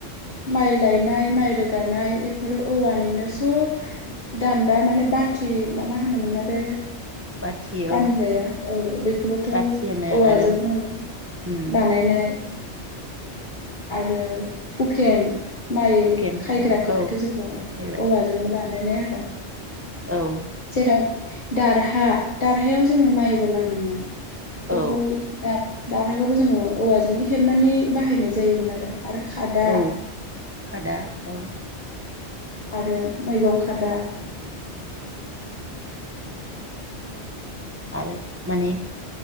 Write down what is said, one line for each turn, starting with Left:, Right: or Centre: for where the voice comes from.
Left: माइ लायनाय माइ रोगानाय बेफोरो औवानिनो सब दान्दा माने बाथि ना मा होनोमोन ना बे
Right: बाथि
Left: बानग्राया
Right: औ
Left: औ बेखौबोथ
Right: बाथि होनो
Left: औवाजोंनो
Right: आरो उम
Left: बानायनाय <unintelligible> आरो हुकेन माइ
Right: हुकेन होनो
Left: खायग्राखौबोथ'
Right: औ
Left: जोङो
Right: माइ
Left: औवाजोंनो
Right: खायग्रा
Left: बानाय बानायनाय आरो।
Right: औ।
Left: जेराव दारहा दारहायाव जोङो माइबो लामोमोन। बेखौ
Right: औ
Left: दा दारहाखौबो जोंङो औवाजों हेबनानै बाहायनाय जाय जायोमोन आरो। आरो खादा
Right: औ खादा औ।
Left: आरो मैगं खादा
Right: आरो माने